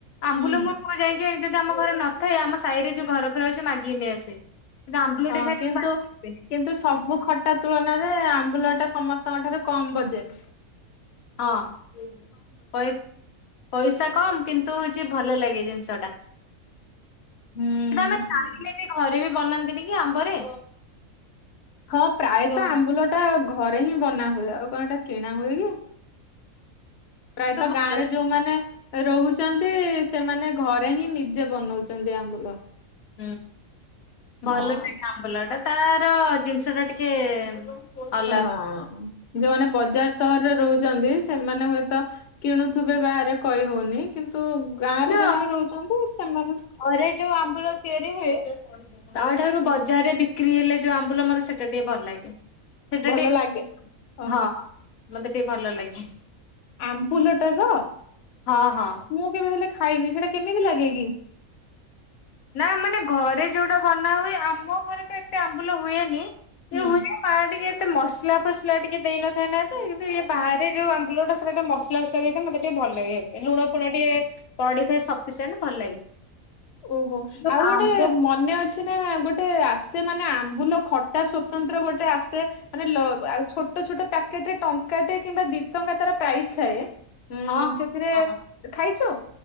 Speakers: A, on the left; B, on the left.
A: ଆମ୍ବୁଲ
B: ହୁଁ।
A: ମୁଁ ଯାଇକି ଯଦି ଆମ ଘରେ ନ କାଇ ଆମ ସାହି ରେ ଯୋଉ ଘର ଫର ଅଛି ମାଗିକି ନେଇ ଆସେ। କିନ୍ତୁ ଆମ୍ବୁଲ
B: ହଁ
A: ଟିକେ ଖାଇଲେ
B: କିନ୍ତୁ
A: ଭାରି ଖୁସି
B: କିନ୍ତୁ ସବୁ ଖଟା ତୁଳନା <unintelligible> ଆମ୍ବୁଲ ଟା ସମସ୍ତଙ୍କ ଠାରୁ କମ ବଜେଟ।
A: ହଁ ପଇସା। ପଇସା କମ କିନ୍ତୁ ହଉଛି ଭଲ ଲାଗେ ଜିନିଷ ଟା।
B: ହୁଁ
A: ସେଟା ଆମେ ଚାହିଲେ ବି ଘରେ ସେ ବି ବନାନ୍ତିନି କି ଆମ୍ବରେ
B: ହଁ ପ୍ରାୟତଃ
A: ତ
B: ଆମ୍ବୁଲ ଟା ଘରେ ହିଁ ବନା ହୁଏ ଆଉ କଣ ଏଟା କିଣା ହୁଏ କି। ପ୍ରାୟତଃ
A: କିନ୍ତୁ ଭଲ
B: ଗାଁ ରେ ଯୋଉମାନେ ରହୁଛନ୍ତି ସେମାନେ ଘରେ ହିଁ ନିଜେ ବନଉଛନ୍ତି ଆମ୍ବୁଲ।
A: ହୁଁ। ଭଲ
B: ହଁ
A: ସେ ଆମ୍ବୁଲ ଟା ତାର ଜିନିଷ ଟା ଟିକେ ଅଲଗା।
B: ହ ଯୋଉମାନେ ବଜାର ସହରରେ ରହୁଛନ୍ତି ସେମାନେ ହୁଏତ କିଣୁଥିବେ ବାହାରେ କହି ହଉନି କିନ୍ତୁ ଗାଁ ରେ
A: ନା
B: ଯୋଉମାନେ ରହୁଛନ୍ତି ସେମାନେ
A: ଘରେ ଯୋଉ ଆମ୍ବୁଲ ତିଆରି ହୁଏ ଆ ଠାରୁ ବଜାରରେ ବିକ୍ରି ହେଲେ ଯୋଉ ଆମ୍ବୁଲ ମତେ ସେଟା ଟିକେ ଭଲ ଲାଗେ। ସେଟା
B: ଭଲ
A: ଟିକେ
B: ଲାଗେ ଓହୋ।
A: ହଁ ମତେ ଟିକେ ଭଲ ଲାଗେ।
B: ଆମ୍ବୁଲ ଟା ତ
A: ହଁ ହଁ।
B: ମୁଁ କେବେ ହେଲେ ଖାଇନି ସେଟା କେମିତି ଲାଗେ କିି?
A: ନା ମାନେ ଘରେ ଯୋଉଟା ବନା ହୁଏ ଆମ ଘରେ ତ ଏତେ ଆମ୍ବୁଲ ହୁଏନି।
B: ହୁଁ।
A: ସେ ହୁଏ ମାଆ ଟିକେ ଏତେ ମସଲା ଫସଲା ଟିକେ ଦେଇନଥାଏ ନା ଏତେ କିନ୍ତୁ ଇଏ ବାହାରେ ଯୋଉ ଆମ୍ବୁଟା ସେଟା ଟିକେ ମସଲା ଫସଲା ଦେଇଥାଏ ମୋତେ ଟିକେ ଭଲ ଲାଗେେ ଲୁଣ ଫୁଣ ଟିକେ ପଡିଥାଏ ସଫିସିଣ୍ଟ ଭଲ ଲାଗେ।
B: ଓହୋ
A: ଯୋଉ
B: ଆଉ ଗୋଟେ
A: ଆମ୍ବ
B: ମନେ ଅ ଅଛି ନା ଗୋଟେ ଆସେ ମାନେ ଆମ୍ବୁଲ ଖଟା ସ୍ଵତନ୍ତ୍ର ଗୋଟେ ଆସେ ମାନେ ଛୋଟ ଛୋଟ ପ୍ୟାକେଟ ରେ ଟଙ୍କାଟେ କିମ୍ବା ଦି ଟଙ୍କା ତାର ପ୍ରାଇସ୍ ଥାଏ। ଉଁ
A: ହଁ
B: ସେଥିରେ
A: ହ ହ
B: ଖାଇଛୁ?